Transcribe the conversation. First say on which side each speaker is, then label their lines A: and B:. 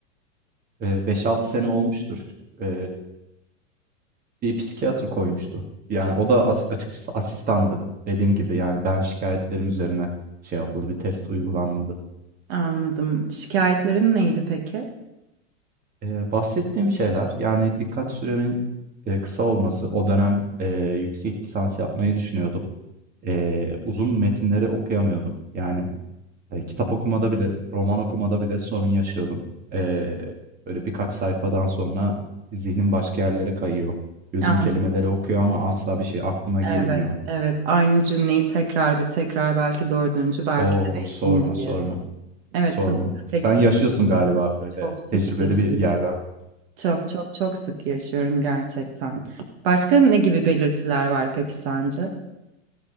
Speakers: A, on the right; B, on the right.
A: E, 5-6 sene olmuştur. E, Bir psikiyatr koymuştu. Yani o da as açıkçası asistandı. Dediğim gibi yani ben şikayetlerim üzerine şey yapıldı, bir test uygulanmadı.
B: Anladım. Şikayetlerin neydi peki?
A: Ee, bahsettiğim şeyler yani dikkat süremin e, kısa olması. O dönem e, yüksek lisans yapmayı düşünüyordum. E, uzun metinleri okuyamıyordum. Yani e, kitap okumada bile, roman okumada bile sorun yaşıyordum. E, böyle birkaç sayfadan sonra zihnim başka yerlere kayıyor. Gözüm
B: Anladım.
A: kelimeleri okuyor ama asla bir şey aklıma girmiyor.
B: Evet, evet. Aynı cümleyi tekrar ve tekrar belki dördüncü, belki
A: Oo
B: de beşinciye.
A: sorma sorma
B: Evet,
A: sorma.
B: bu dikkat
A: Sen
B: eksik.
A: yaşıyorsun galiba böyle
B: Çok sık
A: tecrübeli
B: yaşıyorum.
A: bir yerden.
B: Çok çok çok sık yaşıyorum gerçekten. Başka ne gibi belirtiler var peki sence?